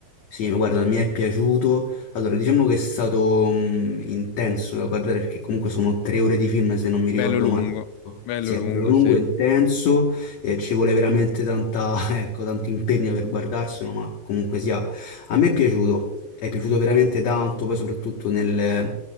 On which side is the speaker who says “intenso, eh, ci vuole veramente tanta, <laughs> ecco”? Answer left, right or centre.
Left